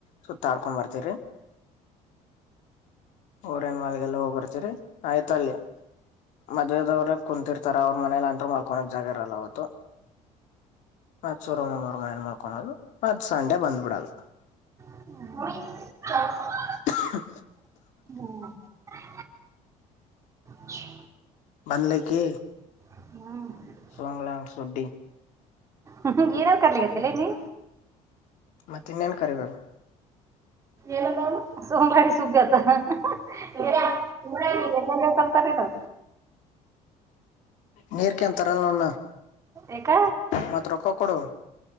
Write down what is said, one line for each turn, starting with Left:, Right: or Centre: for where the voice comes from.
Left: ಸುತ್ತಾಡ್ಕೊಂಡ್ ಬರ್ತೀರಿ ಓರಿನ ಮಾಲ್ಗೆಲ್ಲ ಹೋಗಿಬರ್ತತಿರಿ ಆಯ್ತ ಅಲ್ಲಿ ಮದ್ವೆದವ್ರ ಕುಂತಿರ್ತಾರ ಅವ್ರ ಮನೇಲಿ ಅಂದ್ರರು ಮಲ್ಕೊಕ್ ಜಾಗ ಇರಲ್ಲ ಅವತ್ತು ಮತ ಸೂರು ಮಾಮಾ ಮನ್ಯಾಗ ಮಲ್ಕಳೋದು ಮತ್ತ್ ಸಂಡೆ ಬಂದ್ಬಡದು
Right: <unintelligible>
Left: ಕ್ಷಹು.
Right: ಹು ಟೈಮ್ ಎಷ್ಟು
Left: ಬಂದ್ಲಕಿ.
Right: ಹು
Left: ಸೋಂಗ್ಲ್ಯಾನ್ ಸುಂಟಿ.
Right: ಹಹು ಏನಾನ್ ಕರ್ಲಿಕತ್ತಿಲೇ ನೀ.
Left: ಮತ್ತಿನ್ನೇನ ಕರಿಬೇಕು.
Right: ಏನು ಅಂದಾ ಅವನು ಸೋಗ್ಲಾಡಿ ಸುಬ್ಬಿ ಅಂತ ಹ್ಹಹ್ಹಾ. ಇರ್ಯಾ ಸುಮ್ಬಲ್ಲಾ ಇದ್ದಲ್ಲೇ ತಟ್ಟತಾರ್ ನಿನ್ನ.
Left: ನೀರ್ ಕ್ಯಾನ್ ತರುದಿಲನಾ.
Right: ಯಾಕ
Left: ಮತ್ತ ರೊಕ್ಕಾ ಕೊಡೋವಾ